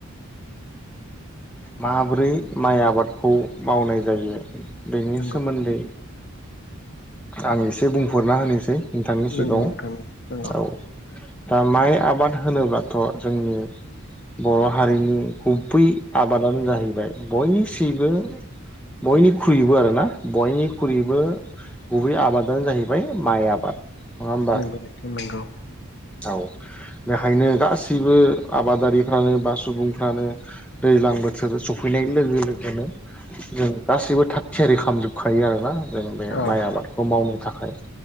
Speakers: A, in the centre; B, on the left (about 50°).
A: माबोरै माइ आबादखौ मावनाय जायो बेनि
B: नंगौ
A: सोमोन्दै आं एसे बुंहरना होनोसै नोंथांनि सिगाङाव
B: नंगौ नोंथां नंगौ
A: औ दा माइ आबाद होनोब्लाथ' जोंनि बर' हारिनि गुबै आबादानो जाहैबाय बयनिसिबो बयनिख्रुइबो आर ना बयनिख्रुइबो गुबै आबादानो जाहैबाय माइ आबाद नङा होमबा
B: नोंगौ नोंथां नोंगौ
A: औ बेखायनो गाससिबो आबादारिफ्रानो बा सुबुंफ्रानो दै ज्लां बोथोर सफैनाय लोगो लोगोनो जों गासैबो थाग थियारि खालामामजोबखायो आरोना जों
B: औ
A: बे माइ आबादखौ मावनो थाखाय